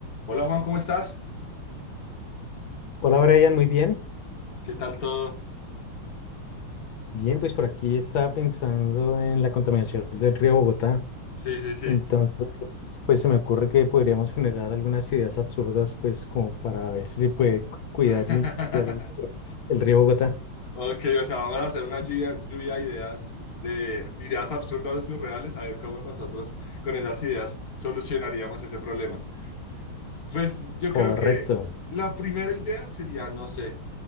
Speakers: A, on the left; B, on the left.
A: Hola Juan, ¿cómo estás?
B: Hola Brian, muy bien.
A: ¿Qué tal todo?
B: Bien, pues por aquí estaba pensando en la contaminación del río Bogotá.
A: Sí, sí, sí.
B: Entonces, pues se me ocurre que podríamos <laughs> generar algunas ideas absurdas, pues como para ver si se puede cu- cuidar
A: <laughs>
B: y limpiar el, el río Bogotá.
A: Ok, o sea, vamos a hacer una lluvia, lluvia de ideas, de ideas absurdas o surreales, a ver cómo nosotros con esas ideas solucionaríamos ese problema. Pues yo
B: Correcto.
A: creo que la primera idea sería, no sé,